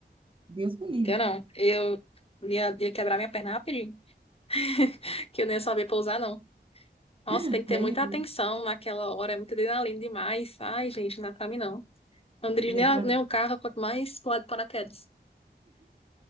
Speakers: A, on the right; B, on the left.
A: Deus me livre.
B: eu não. Eu ia, ia quebrar minha perna rapidinho, <laughs> que eu nem ia saber pousar, não. Nossa,
A: <laughs>
B: tem que
A: Nem,
B: ter muita atenção naquela hora, é muita adrenalina demais. Ai, gente, não dá pra mim não. Eu Não dirijo
A: nem
B: nem, a-
A: pra
B: nem
A: mim.
B: o carro, quanto mais pular de paraquedas.